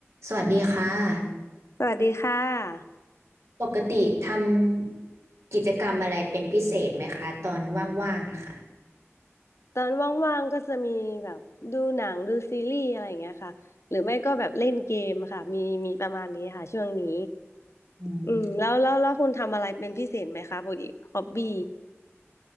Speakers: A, on the right (about 75°); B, on the left (about 70°).
A: สวัสดีค่ะ
B: สวัสดีค่ะ
A: ปกติทำกิจกรรมอะไรเป็นพิเศษไหมคะตอนว่างๆนะคะ
B: ตอนว่างๆก็จะมีแบบดูหนังดูซีรีส์อะไรอย่างเงี้ยค่ะหรือไม่ก็แบบเล่นเกมค่ะมีมีประมาณนี้ค่ะช่วงนี้
A: อืม
B: อืมแล้วแล้วแล้วคุณทำอะไรเป็นพิเศษไหมคะปกติฮอบบี้